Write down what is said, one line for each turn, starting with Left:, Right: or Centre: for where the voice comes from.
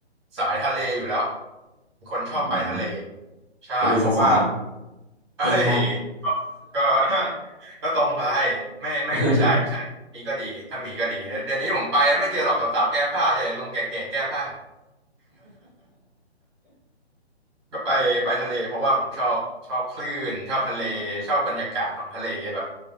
Right: สายทะเลอยู่แล้วเป็นคนชอบไปทะเล
Centre: อ๋อ
Right: ใช่เพราะว่า
Centre: ไปดูสาวๆ
Right: เฮ้ย
Centre: แก้ผ้า
Right: ก็ <laughs> ก็ตรงไปไม่ไม่ไม่ใช่ไม่ใช่มีก็ดีถ้ามีก็ดีเดี๋ยวนี้ผมไปไม่เจอหรอกสาวๆแก้ผ้าเจอแต่ลุงแก่ๆแก้ผ้า
Centre: <laughs>
Right: ก็ไปไปทะเลเพราะว่าผมชอบชอบคลื่นชอบทะเลชอบบรรยากาศของทะเลแบบ